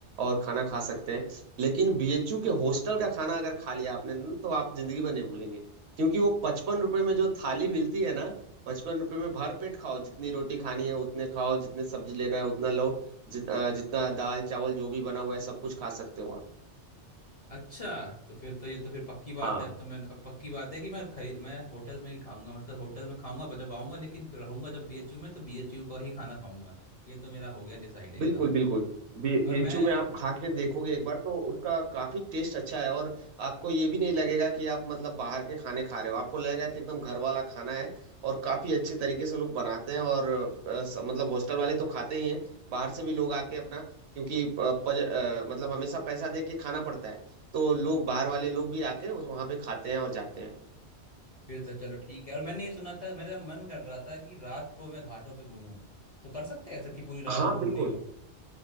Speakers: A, on the right; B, on the left.
A: और खाना खा सकते हैं लेकिन बीएचयू के हॉस्टल का खाना अगर खा लिया आपने ना तो आप जिंदगी भर नहीं भूलेंगे क्योंकि वो पचपन रुपए में जो थाली मिलती है ना पचपन रुपए में भर पेट खाओ जितनी रोटी खानी है उतने खाओ जितने सब्जी लेना है उतना लो जित, अ, जितना दाल चावल जो भी बना हुआ है सब कुछ खा सकते हो आप
B: अच्छा तो फिर तो ये तो फिर पक्की बात
A: हाँ
B: है अब तो मैं अब पक्की बात है कि मैं खरीद मैं होटल में ही खाऊंगा मतलब होटल में खाऊंगा ब- जब आऊंगा लेकिन रहूंगा जब बीएचयू में तो बीएचयू का ही खाना खाऊंगा ये तो मेरा हो गया डिसाइड एकदम
A: बिल्कुल बिल्कुल बे,
B: और
A: बेचू
B: मैं
A: में आप खा के देखोगे एक बार तो उसका काफी टेस्ट अच्छा है और आपको ये भी नहीं लगेगा कि आप मतलब बाहर के खाने खा रहे हो आपको लगेगा कि एकदम घर वाला खाना है और काफी अच्छे तरीके से लोग बनाते हैं और अ, स- मतलब हॉस्टल वाले तो खाते ही हैं बाहर से भी लोग आके अपना क्योंकि अ, पज, अ, मतलब हमेशा पैसा दे के खाना पड़ता है तो लोग बाहर वाले लोग भी आके उस- वहाँ पे खाते हैं और जाते हैं
B: फिर तो चलो ठीक है और मैंने ये सुना था मेरा मन कर रहा था कि रात को मैं घाटों पे घूमूं तो कर सकते हैं ऐसा कि पूरी रात
A: हाँ
B: घूमने
A: बिल्कुल
B: हो